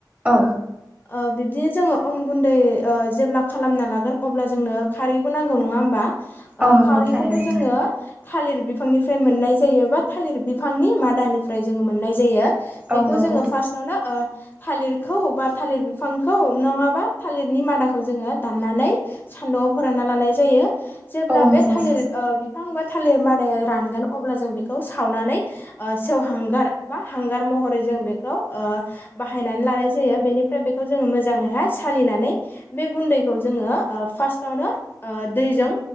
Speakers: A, on the right; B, on the left.
A: औ
B: ओ बिब्दिनो जोङो अन गुन्दै ओ जेब्ला खालामना लागोन अब्ला जोंनो खारैबो नांगौ नङा होमबा? ओ
A: औ नंगौ
B: खारैखौथ'
A: थारैनो नोंथां
B: जोङो थालिर बिफांनिफ्राय मोननाय जायो बा थालिर बिफांनि मादानिफ्राय जोङो मोननाय जायो।
A: औ
B: बेखौ
A: नंगौ
B: जोङो फास्तआवनो ओ थालिरखौ बा थालिर बिफांखौ नङाबा थालिरनि मादाखौ जोङो दाननानै सान्दुंआव फोरानना लानाय जायो जेब्ला
A: औ नंगौ
B: बे थालिर
A: नोंथां
B: ओ बि थालिर मादाया रानगोन अब्ला जों बेखौ सावनानै ओ सेवहांगार बा हांगार महरै जों बेखौ ओ बाहायनानै लानाय जायो बेनिफ्राय बेखौ जोङो मोजाङैहाय सालिनानै बे गुन्दैखौ जोङो ओ फार्स्टावनो ओ दैजों